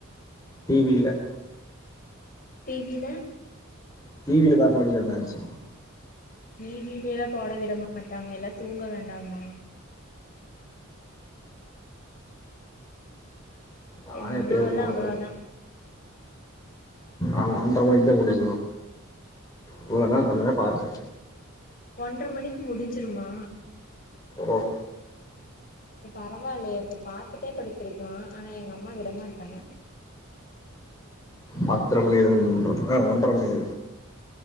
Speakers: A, on the left (about 20°); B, on the left (about 45°).
A: டி வி ல
B: டி வி‌ ல
A: டி வில பாக்க வேண்டியதான மேட்ச்சு
B: ஈ வீலாயிலா போட விட மாட்டாங்க எல்லா தூங்க வேண்டாமா
A: நானே
B: எங்க அம்மாவெல்லா
A: எப்பயாவது ஃபோன்ல
B: அவ்வளாதா
A: ஆமா ஒன்றர மணிக்கு தா முடியு இவ்வளவுதா கொஞ்சோதா பாத்தே
B: ஒன்றரை மணிக்கு முடிஞ்சுருமா
A: ஓ
B: இப்ப பரவால்லையே அப்போ பாத்துட்டே படுத்துருக்கலா ஆனா எங்க அம்மா விடமாட்டாங்க
A: பத்தர மணியுலந்து ஒன்ற அ ஒன்றர மணி வெ